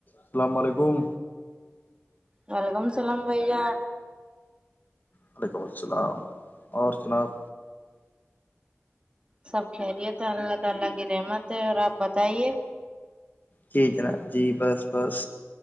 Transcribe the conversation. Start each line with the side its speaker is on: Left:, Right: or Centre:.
Left: السلام و علیکم
Right: ولکم السلام بھیا
Left: وعلیکم السلام اور جناب
Right: سب خیریت ہے اللہ تعالی کی رحمت ہے اور آپ بتائیے
Left: جی جناب جی بس بس